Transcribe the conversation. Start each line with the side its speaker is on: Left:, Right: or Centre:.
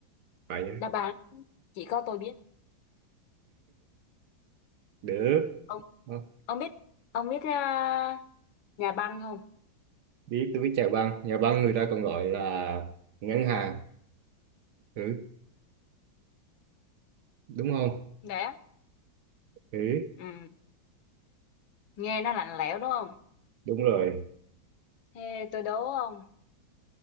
Right: vậy
Left: Đáp án chỉ có tôi biết.
Right: được
Left: Ông
Right: Ờ,
Left: ông biết ông biết à, nhà băng không?
Right: biết tôi biết chào băng nhà băng người ta còn gọi là ngân hàng ừ đúng không
Left: Đấy. á.
Right: ừ
Left: Ừ, nghe nó lạnh lẽo đúng không?
Right: đúng rồi
Left: Thế tôi đố ông,